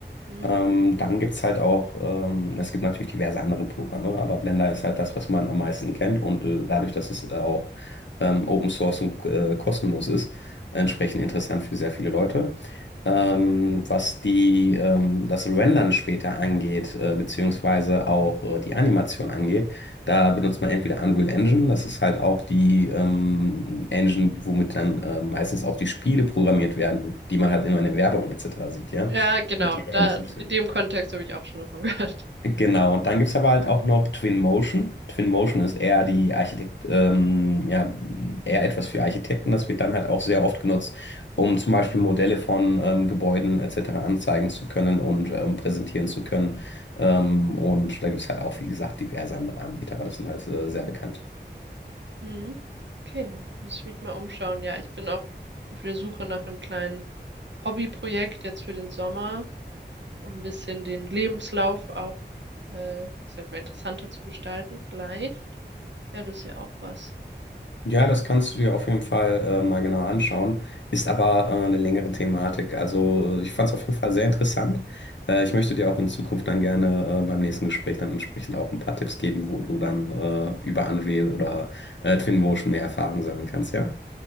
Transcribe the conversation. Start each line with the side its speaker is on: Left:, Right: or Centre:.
Right: Hm?
Left: Ähm, dann gibt es halt auch, ähm, es gibt natürlich diverse andere Programme, aber Blender ist halt das, was man am meisten kennt und äh, dadurch, dass es äh, auch ähm, Open Source und äh, kostenlos ist, entsprechend interessant für sehr viele Leute. ähm, was die, ähm, das Rendern später angeht, äh, beziehungsweise auch äh, die Animation angeht. Da benutzt man entweder Unreal Engine, das ist halt auch die ähm, Engine, womit dann äh, meistens auch die Spiele programmiert werden, die man halt immer in der Werbung etc. sieht, ja,
Right: Ja, genau.
Left: damit die realistisch
Right: Da,
Left: sind.
Right: in dem Kontext habe ich auch schon davon <laughs> gehört.
Left: Genau, und dann gibt es aber halt auch noch Twinmotion. Twinmotion ist eher die Architekt, ähm, ja, eher etwas für Architekten. Das wird dann halt auch sehr oft genutzt, um zum Beispiel Modelle von ähm, Gebäuden etc. anzeigen zu können und ähm, präsentieren zu können. Ähm, und da gibt es halt auch, wie gesagt, diverse andere Anbieter, aber das sind halt äh, sehr bekannt.
Right: Hm? Okay, muss ich mich mal umschauen. Ja, ich bin auch auf der Suche nach einem kleinen Hobbyprojekt jetzt für den Sommer, um ein bisschen den Lebenslauf auch, äh, ich sag mal, interessanter zu gestalten, vielleicht. Ja, das ist ja auch was.
Left: Ja, das kannst du dir auf jeden Fall äh, mal genau anschauen. Ist aber äh, eine längere Thematik. Also ich fand es auf jeden Fall sehr interessant. Äh, ich möchte dir auch in Zukunft dann gerne äh, beim nächsten Gespräch dann entsprechend auch ein paar Tipps geben, wo du dann äh, über Unreal oder äh, Twinmotion mehr Erfahrung sammeln kannst, ja?